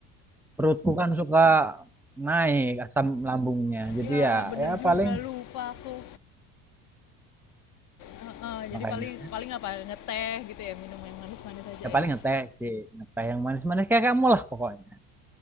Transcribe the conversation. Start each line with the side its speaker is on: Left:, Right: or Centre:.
Centre: perutku kan suka naik asam lambungnya jadi
Left: Ya
Centre: ya
Left: bener
Centre: ya
Left: juga
Centre: paling
Left: lupa aku. Heeh,
Centre: makanya
Left: jadi paling paling apa ngeteh gitu ya minum yang manis-manis aja
Centre: ya paling
Left: ya.
Centre: ngeteh sih ngeteh yang manis-manis kayak kamu lah pokoknya